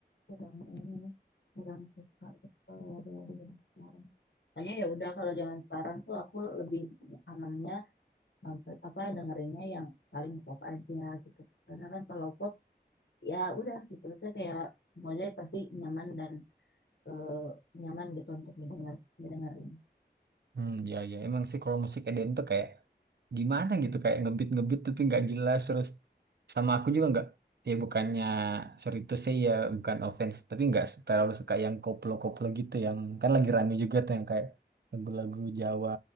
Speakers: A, on the left (about 85°); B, on the right (about 70°).
A: kurang ini nih, kurang suka gitu kalau lagu-lagu yang sekarang. Makanya ya udah kalau zaman sekarang tuh aku lebih amannya nonton apa dengerinnya yang paling pop aja gitu karena kan kalau pop ya udah gitu saya kayak semuanya pasti nyaman dan eh, nyaman gitu untuk didengar didengerin
B: Hmm, ya ya emang sih kalau musik Eden tuh kayak gimana gitu kayak ngebeat-ngebeat tapi nggak jelas terus sama aku juga nggak ya bukannya sorry itu sih ya bukan offense tapi nggak terlalu suka yang koplo-koplo gitu yang kan lagi rame juga tuh yang kayak lagu-lagu Jawa